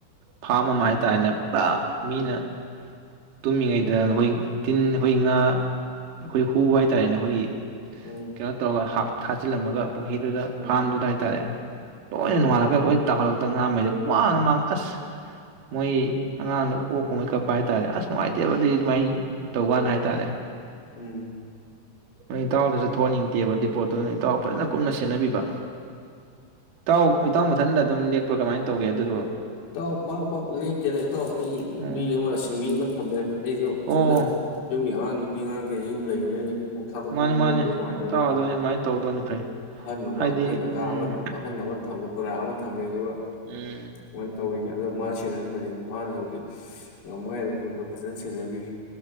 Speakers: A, on the right; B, on the left.
A: ꯐꯥꯝ ꯑꯃ ꯍꯥꯏꯇꯥꯔꯦꯅꯦ ꯄꯨꯔꯥ
B: ꯎꯝ
A: ꯃꯤꯅ ꯇꯨꯝꯃꯤꯉꯩꯗ ꯑꯈꯣꯏ ꯇꯤꯟ ꯑꯈꯣꯏ ꯉꯥ ꯑꯈꯣꯏ ꯍꯨ ꯍꯥꯏꯇꯥꯔꯦꯅꯦ ꯑꯈꯣꯏꯒꯤ
B: ꯎꯝ
A: ꯀꯩꯅꯣ ꯇꯧꯔꯒ ꯍꯥꯞ ꯊꯥꯖꯤꯜꯂꯝꯃꯒ ꯄꯨꯈꯤꯗꯨꯗ
B: ꯎꯝ
A: ꯐꯥꯔꯝꯗꯨꯗ ꯍꯥꯏꯇꯥꯔꯦ ꯂꯣꯏꯅ
B: ꯃꯥꯅꯤꯅꯦ
A: ꯅꯣꯉꯥꯜꯂꯒ ꯂꯣꯏ ꯇꯥꯎꯈ ꯇ ꯉꯥꯃꯩꯗꯨ ꯄꯨꯡꯃꯥꯡ ꯃꯥꯡ ꯑꯁ ꯃꯣꯏ ꯑꯉꯥꯡꯗꯣ ꯎꯣꯈꯣꯡꯉꯩ ꯀꯞꯄ ꯍꯥꯏꯇꯥꯥꯔꯦ ꯑꯁ ꯅꯨꯡꯉꯥꯏꯇꯦꯕ ꯑꯗꯨꯏ ꯃꯥꯏ ꯇꯧꯒꯥꯟ ꯍꯥꯏꯇꯥꯔꯦ
B: ꯎꯝ
A: ꯅꯣꯏ ꯏꯇꯥꯎꯗꯨꯁꯨ ꯊꯣꯛꯍꯟꯅꯤꯡꯗꯦꯕ ꯗꯨꯏ ꯄꯣꯠꯇꯨ ꯑꯗꯨꯅ ꯏꯇꯥꯎ ꯐꯖꯅ ꯀꯨꯞꯅ ꯁꯦꯟꯅꯕꯤꯕ ꯏꯇꯥꯎ-ꯏꯇꯥꯎ ꯃꯊꯟꯗ ꯑꯗꯨꯝ ꯂꯦꯛꯄ꯭ꯔꯥ ꯀꯃꯥꯏꯅ ꯇꯧꯒꯦ ꯑꯗꯨꯗꯣ
B: ꯏꯇꯥꯎ ꯄꯥꯛ-ꯄꯥꯛ ꯂꯦꯛꯇꯦꯗ ꯏꯇꯥꯎ ꯑꯩ
A: ꯎꯝ
B: ꯃꯤ ꯑꯃ ꯁꯤꯡꯃꯤ ꯑꯃ ꯊꯝ ꯌꯦ ꯑꯩꯁꯨ ꯏꯊꯟꯗ
A: ꯑꯣ
B: ꯌꯨꯝꯒꯤ ꯑꯉꯥꯡ ꯅꯨꯄꯤ ꯑꯉꯥꯡ ꯀꯩꯁꯨ ꯌꯨꯝꯗ ꯂꯩꯕꯅꯤ ꯑꯗꯨ ꯀꯣꯛ ꯊꯥꯗꯣꯛꯄ
A: ꯃꯥꯅꯤ
B: ꯌꯨꯝ
A: ꯃꯥꯅꯤ
B: ꯂꯩꯇ꯭ꯔꯦ ꯅꯨꯉꯥꯏꯇꯕꯅꯤꯅꯀꯣ
A: ꯏꯇꯥꯎ ꯑꯗꯨꯅꯤ ꯑꯗꯨꯃꯥꯏꯅ ꯇꯧꯗꯣꯏꯅꯤ ꯐꯩ
B: ꯑꯍꯟ ꯑꯃ
A: ꯍꯥꯏꯗꯤ
B: ꯑꯩꯈꯣꯏ ꯀꯀꯥ
A: ꯎꯝ
B: ꯑꯃ ꯑꯍꯟ ꯑꯃ ꯊꯝꯃꯦ ꯈꯨꯔꯥ ꯑꯃ ꯊꯝꯃꯦ ꯑꯗꯨꯒ
A: ꯎꯝ
B: ꯌꯣꯟ ꯇꯧꯔꯤꯅꯤ ꯑꯗꯣ ꯃꯥꯅ ꯁꯦꯟꯅꯍꯟꯕꯅꯤ ꯃꯥꯅꯕꯨꯗꯤ ꯉꯝꯃꯣꯏ ꯍꯥꯏ ꯊꯕꯛꯇꯣ ꯑꯗꯨꯝ ꯈꯛ ꯐꯖꯅ ꯁꯦꯟꯅꯕꯤꯔꯤ